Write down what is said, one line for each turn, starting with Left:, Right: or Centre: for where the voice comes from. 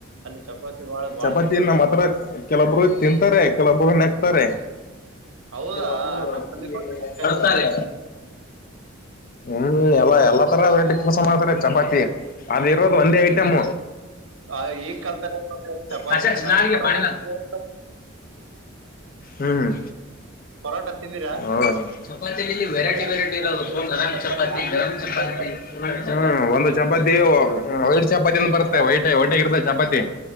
Right: ಅಲ್ಲಿ ಚಪಾತಿ ಬಾಳ ಬಾಳ
Left: ಚಪಾತಿ
Right: ಸಿಗ್ತಾವ್
Left: ನಮ್ಮ್ ಹತ್ರ ಕೆಲವೊಬ್ರು ತಿಂತಾರೆ ಕೆಲವೊಬ್ರು ನೆಗ್ತಾರೆ
Right: ಹೌದಾ
Left: ಕೆಲವೊಬ್ರು
Right: ನಮ್ ಬಲ್ಲಿ
Left: ತಿಲ್ಲಿ
Right: ನೋಡ್ರಿ ಅಕ್ಕ
Left: ಬಡ್ತಾರೆ
Right: ತಂಬ್ರು ತಿನ್ನೋದು.
Left: ಹ್ಮ್ ಎಲ್ಲಾ ಎಲ್ಲ ತರ ವೆರೈಟಿ ಕೆಲಸ ಮಾಡ್ತಾರೆ ಚಪಾತಿ ಅ ಇರೋದು ಒಂದೇ ಐಟಮ
Right: ಈ- ಆ, ಈಗ್ ಕಲ್ತಾರ ನೋಡ್ರಿ ಚಪಾತಿ
Left: ಕಶ
Right: ತಿನ್ನೋದ್
Left: ನಾಳಗೆ
Right: ಪರೋಟ
Left: ಪಾಣಲ್ಲ
Right: ತಿಂದಿರಾ?
Left: ಹ್ಮ್
Right: ಪರೋಟ ತಿಂದಿರಾ
Left: ಹ ಚಪಾತಿ ವೆರೈಟಿ
Right: ಬರೇ
Left: ವೆರೈಟಿ
Right: ನಾಲ್ಕ್
Left: ಇರಬೇಕ
Right: ಜನ
Left: ಗರಾಮ್
Right: ಇರ್ತಾರ್
Left: ಚಪಾತಿ
Right: ಬರೀ ನಾಲ್ಕ್
Left: ಗರಾಮ್
Right: ಜನ ತಿನ್ನೋದು.
Left: ಚಾತಿ ಹ್ಮ ಒಂದು ಚಪಾತಿ ವೈಟ್ ಚಪಾತಿಂದ ಬರುತ್ತೆ
Right: ನಾವ್
Left: ಹೊೈಟ ಹೊೈಟಗ ಇರ್ತ ಚಪಾತಿ